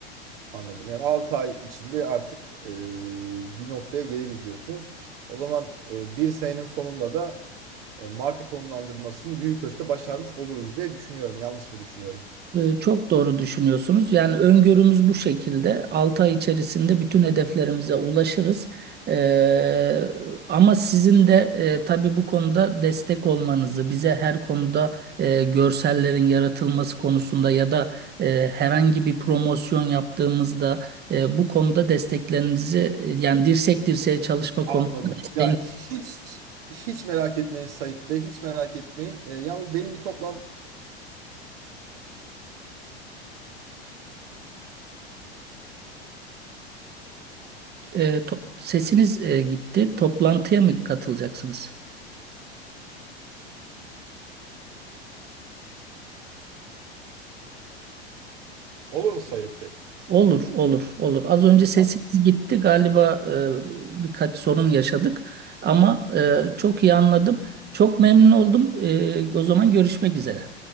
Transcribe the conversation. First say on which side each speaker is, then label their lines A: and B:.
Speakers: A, on the right; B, on the right.
A: Anladım. Yani 6 ay içinde artık e, bir noktaya geliriz diyorsunuz. O zaman e, bir senenin sonunda da e, marka konumlandırmasını büyük ölçüde başarmış oluruz diye düşünüyorum. Yanlış mı düşünüyorum?
B: Ee, Çok doğru düşünüyorsunuz. Yani öngörümüz bu şekilde. 6 ay içerisinde bütün hedeflerimize ulaşırız. Ee, ama sizin de e, tabii bu konuda destek olmanızı, bize her konuda e, görsellerin yaratılması konusunda ya da e, herhangi bir promosyon yaptığımızda e, bu konuda desteklerinizi e, yani dirsek dirseğe çalışma
A: Anladım.
B: konusunda desteğin,
A: Ya hiç hiç merak etmeyin Sait Bey, hiç merak etmeyin. Ee, yalnız benim bir toplantı
B: e, to- sesiniz e, gitti. Toplantıya mı katılacaksınız?
A: Olur mu Sait Bey?
B: Olur, olur, olur. Az önce sesimiz
A: Tamam.
B: gitti galiba e, birkaç sorun yaşadık ama e, çok iyi anladım. Çok memnun oldum. E, o zaman görüşmek üzere.